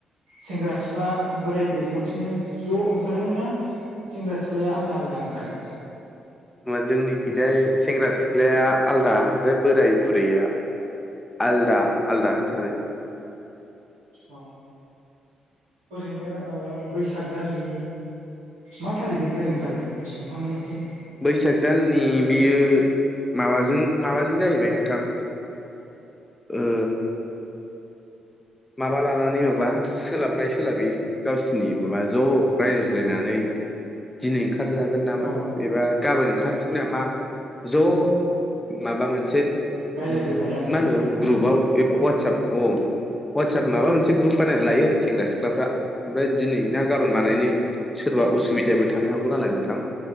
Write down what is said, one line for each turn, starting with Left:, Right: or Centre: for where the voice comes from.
Right: सेंग्रा सिख्ला बोराय बुरै खनसेनो ज' ओंखारोना सेंग्रा सिख्लाया आलादा आलादा ओंखारो।
Left: नङा जोंनिखिजाय सेंग्रा सिख्लाया आलदा ओमफ्राय बोराय बुरैया आलदा आलदा ओंखारो
Right: औ ओरैनो ओ बैसाग दाननि मा थारिखनिफ्राय ओंखारो नोंथांमोननिथिं।
Left: बैसाग दाननि बियो माबाजों माबाजों जाहैबाय नोंथां ओ माबा लानानै माबा सोलाबनाय सोलाबै गावसिनि माबा ज' रायजायज्लायनानै दिनै ओंखारजागोन नामा
Right: अ
Left: एबा गाबोन ओंखारसै नामा ज' माबा मोनसे
Right: रायलायग्रोबाय
Left: उम
Right: आरोना
Left: मा होनो
Right: होमबाना
Left: ग्रुपाव
Right: ना
Left: एबा वाटसाप औ वाटसाप माबा मोनसे ग्रुप बानायनानै लायो आरो सेंग्रा सिख्लाफ्रा ओमफ्राय दिनै ना गाबोन बानायनो सोरबा उसुबिदाबो थानो हागौ नालाय नोंथां